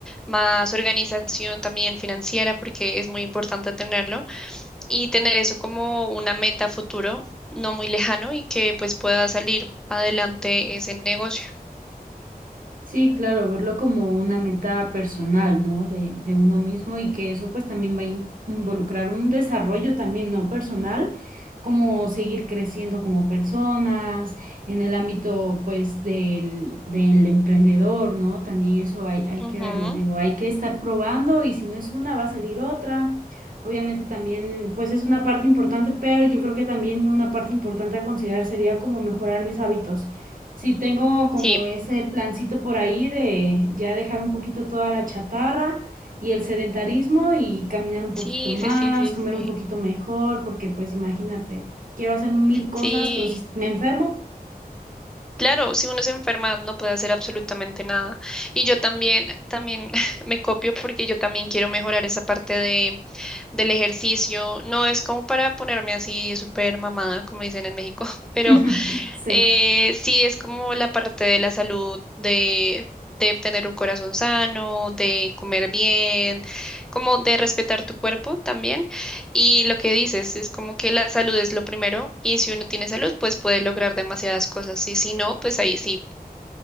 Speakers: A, in the centre; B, on the right (about 60°).
A: más organización también financiera, porque es muy importante tenerlo y tener eso como una meta futuro, no muy lejano y que pues pueda salir adelante ese negocio.
B: Sí, claro, verlo como una meta personal, ¿no? De, de uno mismo y que eso pues también va a in- involucrar un desarrollo también, ¿no? Personal, como seguir creciendo como personas en el ámbito pues del, del emprendedor, ¿no? También eso hay, hay
A: Ujú.
B: que verlo, digo, hay que estar probando y si no es una va a salir otra. Obviamente también pues es una parte importante, pero yo creo que también una parte importante a considerar sería como mejorar mis hábitos. Sí, tengo como
A: Sí,
B: ese plancito por ahí de ya dejar un poquito toda la chatarra y el sedentarismo y caminar un poquito
A: sí,
B: más,
A: sí, sí, sí,
B: comer
A: sí.
B: un poquito mejor, porque pues imagínate, quiero hacer mil cosas,
A: Sí,
B: pero si me enfermo,
A: claro, si uno se enferma no puede hacer absolutamente nada. Y yo también, también <laughs> me copio porque yo también quiero mejorar esa parte de, del ejercicio. No es como para ponerme así súper mamada, como dicen en México, <laughs> pero
B: <laughs> sí.
A: Eh, sí, es como la parte de la salud, de, de tener un corazón sano, de comer bien, como de respetar tu cuerpo también. Y lo que dices es como que la salud es lo primero y si uno tiene salud, pues puede lograr demasiadas cosas y si no, pues ahí sí,